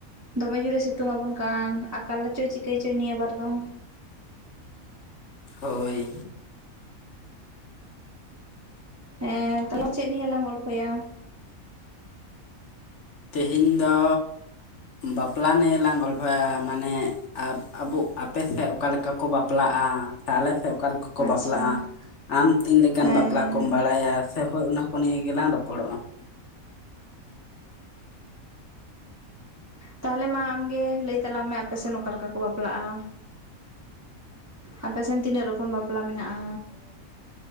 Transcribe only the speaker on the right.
ᱫᱚᱢᱮ ᱡᱩᱨᱮ ᱥᱤᱛᱩᱝ ᱟᱵᱚᱱ ᱠᱟᱱ ᱟᱠᱟᱞᱪᱚᱭ ᱪᱤᱠᱟᱹᱭ ᱪᱚᱭ ᱱᱤᱭᱟᱹ ᱵᱟᱨ ᱫᱚ ᱾
ᱦᱮᱸ ᱛᱟᱦᱚᱞᱮ ᱪᱮᱫ ᱱᱤᱭᱟᱹ ᱞᱟᱝ ᱜᱚᱞᱯᱷᱚᱭᱟ?
ᱟᱪᱪᱷᱟ
ᱦᱮᱸ
ᱦᱮᱸ
ᱛᱟᱦᱚᱞᱮ ᱢᱟ ᱟᱢᱜᱮ ᱞᱟᱹᱭ ᱛᱟᱞᱟᱝ ᱢᱮ ᱟᱯᱮᱥᱮᱫ ᱚᱠᱟ ᱞᱮᱠᱟ ᱠᱚ ᱵᱟᱯᱞᱟᱜᱼᱟ? ᱟᱯᱮ ᱥᱮᱱ ᱛᱤᱱᱟᱹᱜ ᱨᱚᱠᱚᱢ ᱵᱟᱯᱞᱟ ᱢᱮᱱᱟᱜᱼᱟ?